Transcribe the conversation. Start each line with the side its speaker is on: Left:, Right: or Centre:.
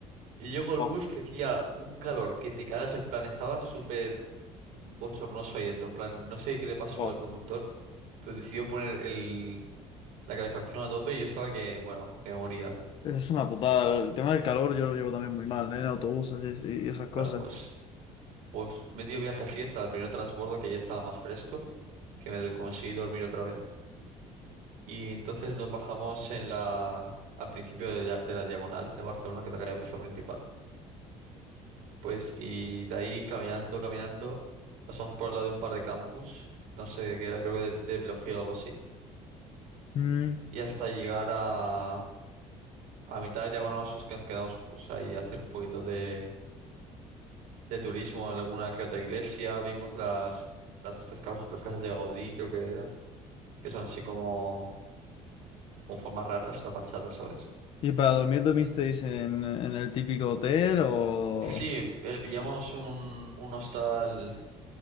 Right: Y llego al
Left: Buah,
Right: bus que hacía un calor que te cagas. En plan, estaba súper bochornoso ahí dentro. En plan, no sé qué le pasó
Left: buah,
Right: al conductor. Pero decidió poner el, la calefacción a tope y yo estaba que, bueno, que me moría.
Left: eso es una putada, el tema del calor yo lo llevo también muy mal, ¿eh? en autobuses así, y esas
Right: Bueno,
Left: cosas.
Right: pues, pues medio viaje así hasta el primer transbordo que ya estaba más fresco. Que me do- conseguí dormir otra vez. Y entonces nos bajamos en la, al principio de, la de la Diagonal de Barcelona, que es la calle es la principal. Pues, y de ahí caminando, caminando, pasamos por al lado de un par de campus, no sé, que era creo que de, de biología o algo así.
Left: Mm.
Right: Y hasta llegar a, a mitad de Diagonal más o menos que nos quedamos pues ahí a hacer un poquito de, de turismo en alguna que otra iglesia. Vimos las, las estas casas, las casas de Gaudí, creo que eran, que son así como con formas raras, las fachadas, ¿sabes?
Left: ¿Y para dormir dormisteis en, en el típico hotel o...?
Right: Sí, eh, pillamos un, un hostal,